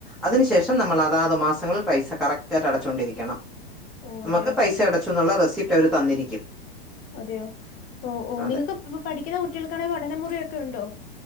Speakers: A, in the centre; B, on the left (about 30°).
A: അതിനുശേഷം നമ്മള് അതാത് മാസങ്ങളിൽ പൈസ കറക്റ്റായിട്ട് അടച്ചു കൊണ്ടിരിക്കണം
B: ഓ
A: നമ്മക്ക്
B: അതെയോ
A: പൈസ അടച്ചുന്നുള്ള റെസിപ്റ്റ് അവര് തന്നിരിക്കും
B: അതെയോ ഓ ഓ
A: അതെ
B: നിങ്ങക്ക് ഇപ്പ പഠിക്കുന്ന കുട്ട്യാൾക്ക് ആണെങ്കിൽ പഠനമുറി ഒക്കെ ഉണ്ടോ.